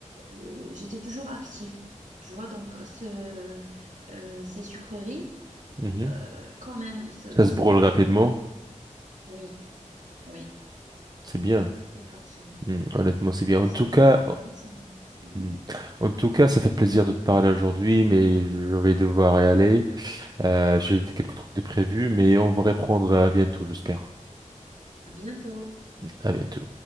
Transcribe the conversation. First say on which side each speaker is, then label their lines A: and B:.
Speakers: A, on the right; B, on the right.
A: je- j'étais toujours active. Tu vois, donc ce, euh, ces sucreries,
B: Mhm.
A: euh, quand même, ça,
B: Ça se brûle rapidement,
A: Oui, oui,
B: c'est bien.
A: c'est pour ça.
B: Hmm, Honnêtement, c'est
A: Par
B: bien.
A: exemple,
B: En tout cas,
A: les randonnées, ça me- Hein
B: hmm, en tout cas, ça fait plaisir de te parler aujourd'hui, mais je vais devoir y aller. Euh, j'ai quelques trucs de prévus, mais on va reprendre euh, bientôt, j'espère.
A: À bientôt.
B: À bientôt.